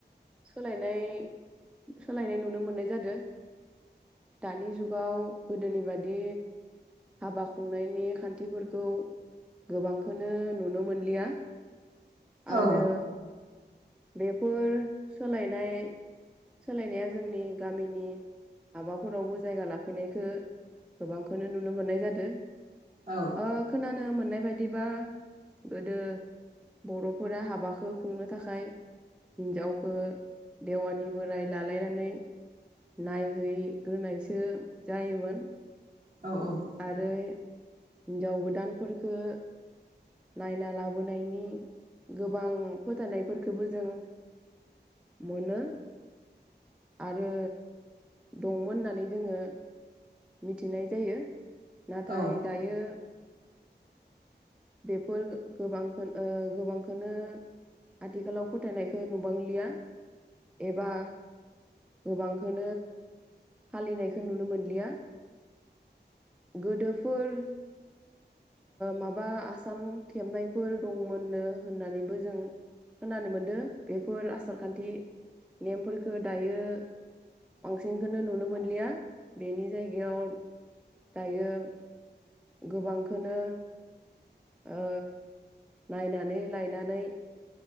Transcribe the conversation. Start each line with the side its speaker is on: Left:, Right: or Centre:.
Centre: सोलायनाय सोलायनाय नुनो मोननाय जादो। दानि जुगाव गोदोनि बादि हाबा खुंनायनि खान्थि फोरखौ गोबांखौनो नुनो मोनलिया। आरो
Right: औ
Centre: बेफोर सोलायनाय सोलायनाया जोंनि गामिनि हाबाफोरावबो जायगा लाफैनायखो गोबांखौनो नुनो मोननाय जादो।
Right: औ।
Centre: ओ खोनानो मोननाय बायदिबा गोदो बर'फोरा हाबाखौ खुंनो थाखाय हिनजावखो देवानि बोराय लालायनानै नायहैग्रोनायसो जायोमोन।
Right: औ औ।
Centre: आरो हिन्जाव गोदानफोरखो नायना लाबोनायनि गोबां फोथायनायफोरखौबो जों मोननो आरो दंमोन होननानै जोङो मिथिनाय जायो नाथाय
Right: औ
Centre: दायो बेफोर गोबांखौ गोबांखौनो आथिखालाव फोथायनायखौ नुबांलिया एबा गोबांखौो फालिनायखौ नुनो मोनलिया गोदोफोर माबा बा आसान थेबनायफोर दंमोननो होननानैबो जों खोनानो मोनदों बेफोर आसारखान्थि नेमफोरफोरखो दायो बांसिनखौनो नुनो मोनलिया बेनि जायगायाव दायो गोबांखोनो ओ नायनानै लायनानै